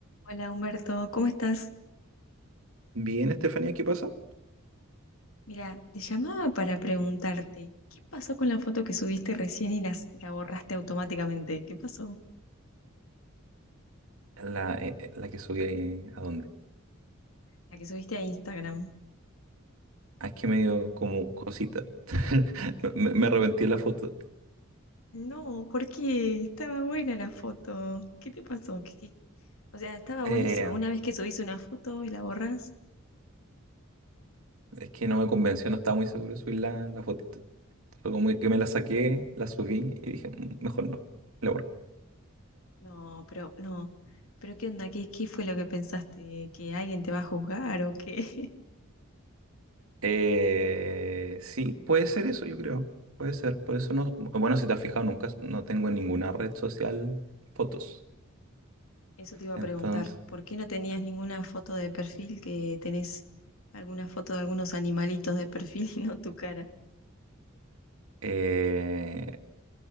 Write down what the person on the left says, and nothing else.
Hola Humberto, ¿cómo estás?
Mira, te llamaba para preguntarte, ¿qué pasó con la foto que subiste recién y las, la borraste automáticamente? ¿Qué pasó?
La que subiste a Instagram.
No, ¿por qué? Estaba buena la foto. ¿Qué te pasó? ¿Qué- qué- O sea, estaba
buenísima. Una vez que subís una foto y la borras,
no, pero no. ¿Pero qué onda? ¿Qué, qué fue lo que pensaste? ¿Que alguien te va a juzgar o qué?
Eso te iba a
preguntar, ¿por qué no tenías ninguna foto de perfil que tenés alguna foto de algunos animalitos de perfil y no tu cara?